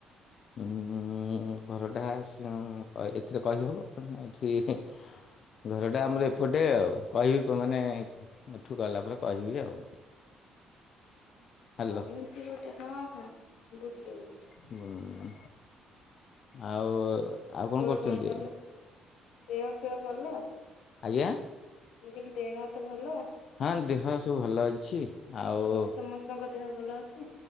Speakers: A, on the left (about 45°); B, on the left (about 80°).
A: ଉଁ ହୁଁ। ଉଁ, ଘରଟା ସଁ ଏଥିରେ କହିହେବ କାରଣ ଏଠି ଘରଟା
B: ହଁ
A: ଆମର ଏପଟେ ଆଉ। କହିବି ପର ମାନେ, ଏଠୁ ଗଲା ପରେ କହିବି ଆଉ ହାଲୋ।
B: ହଁ, ଏମିତି ଗୋଟେ ହଁ, ହଁ, ବୁଝିଲି, ବୁଝିଲି
A: ହୁଁ, ଆଉ, ଆଉ କଣ
B: ତୋର
A: କରୁଛନ୍ତି
B: ଭଲ
A: ଏବେ?
B: ଦେହ ଫେହ ଭଲ?
A: ଆୟାଁ!
B: ମୁଁ କହିଲି ଦେହ ହାତ ଭଲ?
A: ହଁ, ଦେହ ସବୁ ଭଲ ଅଛି। ଆଉ
B: ଘରେ ସମସ୍ତଙ୍କ ଦେହ ଭଲ ଅଛି?